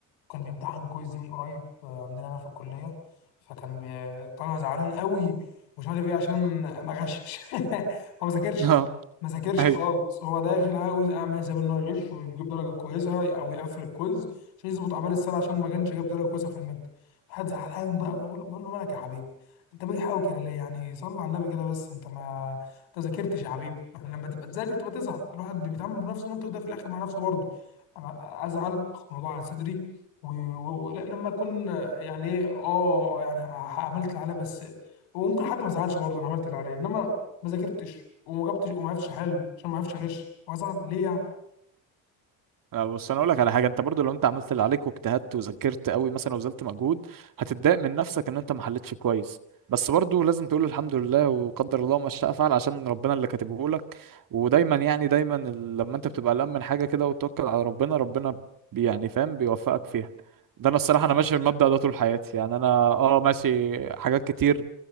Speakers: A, on the left (about 90°); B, on the right (about 55°).
A: كان بيمتحن كويز من قريب آه، عندنا هنا في الكلية فكان بي- طالع زعلان قوي مش عارف ايه عشان ما غشش <laughs> هو ما ذاكرش
B: <laughs> اه
A: ما ذاكرش
B: ايوه
A: خالص هو داخل عاوز اعمل حساب ان هو يغش ويجيب درجة كويسة او يقفل الكويز عشان يظبط اعمال السنة عشان ما كانش جاب درجة كويسة في المادة فقعد زعلان بقى بقول له بقول له مالك يا حبيبي انت بتحاول كده ليه يعني صلي على النبي كده بس انت ما انت ذاكرتش يا حبيبي <laughs> يعني لما تبقى تذاكر تبقى تزعل الواحد بيتعامل بنفس المنطق ده في الاخر مع نفسه برضه انا ازعل اخد الموضوع على صدري ولما اكون يعني ايه اه يعني ح- عملت اللي عليا بس وممكن حتى ما ازعلش برضه انا عملت اللي عليا انما ما ذاكرتش وما جبتش وما عرفتش احل عشان ما عرفتش اغش وازعل ليه يعني؟
B: لا بص انا اقول لك على حاجه انت برضو لو انت عملت اللي عليك واجتهدت وذاكرت قوي مثلا وبذلت مجهود هتتضايق من نفسك ان انت ما حلتش كويس بس برضو لازم تقول الحمد لله وقدر الله ما شاء فعل عشان ربنا اللي كاتبه لك ودايما يعني دايما ال- لما انت بتبقى قلقان من حاجه كده وتتوكل على ربنا ربنا بي- يعني فاهم بيوفقك فيها ده انا الصراحه انا ماشي المبدأ ده طول حياتي يعني انا اه ماشي حاجات كتير